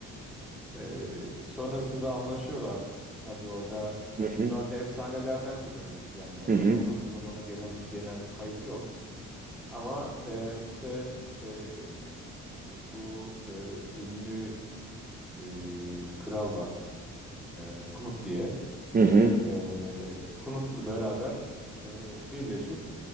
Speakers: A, in the centre; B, on the right (about 30°).
A: Ee, sonrasında anlaşıyorlar. Tabii orada tabii
B: Hı hı,
A: buradan efsanelerden biliyoruz biz yani. O
B: hı
A: zamandan
B: hı,
A: bu zamana gelen bir genel bir kayıt yok. Ama e, işte e, bu e, ünlü e, kral var. E, Knut diye.
B: hı hı,
A: E, Knut'la beraber e, birleşip